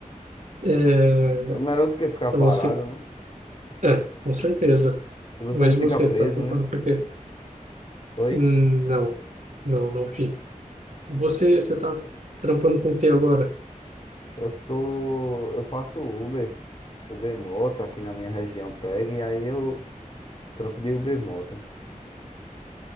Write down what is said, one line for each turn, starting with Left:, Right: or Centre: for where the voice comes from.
Right: é,
Left: É melhor do que ficar
Right: você...
Left: parado, né?
Right: É, com certeza.
Left: E você
Right: Mas
Left: não
Right: e
Left: fica
Right: você?
Left: preso,
Right: está tá trampando
Left: né?
Right: porque...
Left: Oi?
Right: Hum, Não, não, não fico Você você está trampando com o que agora?
Left: Eu tô. Eu faço Uber, Uber Moto aqui na minha região pega, e aí eu trampo de Uber Moto.